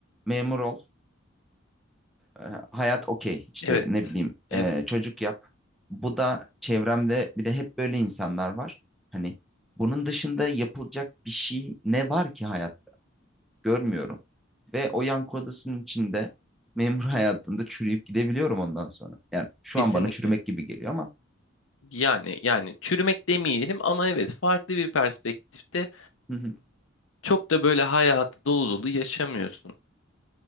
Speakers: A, in the centre; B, on the left.
A: memur ol. E, hayat okey işte
B: Evet,
A: ne bileyim
B: evet,
A: e, çocuk yap. Bu da çevremde bir de hep böyle insanlar var. Hani bunun dışında yapılacak bir şey ne var ki hayat görmüyorum. Ve o yankı odasının içinde memur <laughs> hayatında çürüyüp gidebiliyorum ondan sonra. Yani şu
B: kesinlikle.
A: an bana çürümek gibi geliyor ama.
B: Yani yani çürümek demeyelim ama evet farklı bir perspektifte
A: <laughs>
B: çok da böyle hayatı dolu dolu yaşamıyorsun.